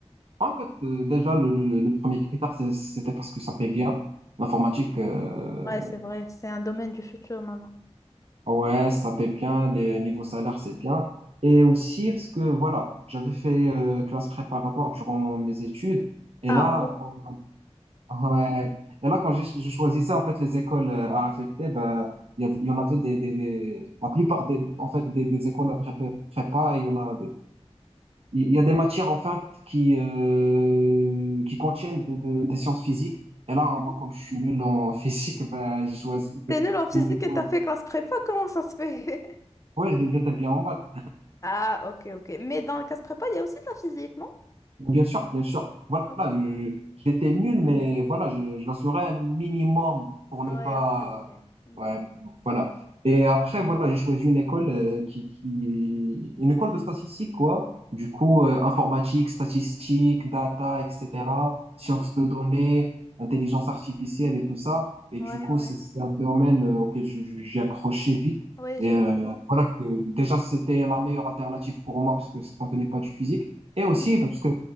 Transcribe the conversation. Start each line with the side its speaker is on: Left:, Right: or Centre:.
Right: En fait, euh, déjà, le, le, le premier critère, c'est- c'était parce que ça paye bien. L'informatique, euh,
Left: Ouais, c'est vrai, c'est un domaine du futur maintenant.
Right: ouais, ça paye bien. Les niveaux salaires, c'est bien. Et aussi parce que, voilà, j'avais fait euh, classe préparatoire durant mes études. Et
Left: Ah,
Right: là,
Left: oh.
Right: quand, <laughs> ouais. Et là, quand j'ai- je choisissais, en fait, les écoles euh, à affecter, ben, il y, av- il y en avait des, des, des- la plupart des, en fait, des, des écoles à prépa, prépa, il y en a des il y a des matières en fait qui euh, qui contiennent de- de- des sciences physiques. Et là,
Left: Mhm.
Right: moi, comme je suis nul en physique, ben, j'ai choisi
Left: T'es nul en physique
Right: une école.
Left: et t'as fait classe prépa, <laughs> comment ça se fait? <laughs>
Right: Ouais, j'étais bien en maths.
Left: Ah, ok, ok. Mais dans le classe prépa, il y a aussi de la physique, non?
Right: Bien sûr, bien sûr. Voilà,
Left: Ok.
Right: je- j'étais nul, mais voilà, je, je l'assurais un minimum pour
Left: Ouais,
Right: ne pas.
Left: ok, ok. Mm.
Right: Ouais, voilà. Et après, voilà, j'ai choisi une école euh, qui, qui, une école de statistique, quoi. Du coup, euh, informatique, statistique, data,
Left: Mhm,
Right: etc., sciences
Left: mhm.
Right: de données, intelligence artificielle et tout ça. Et
Left: Ouais,
Right: du coup,
Left: ouais.
Right: c'est c'est un domaine euh, auquel je- je- j'ai accroché vite.
Left: Ouais,
Right: Et
Left: j'ai
Right: euh,
Left: vu.
Right: voilà que déjà, c'était la meilleure alternative pour moi parce que ça contenait pas du physique. Et aussi
Left: Mm.
Right: parce que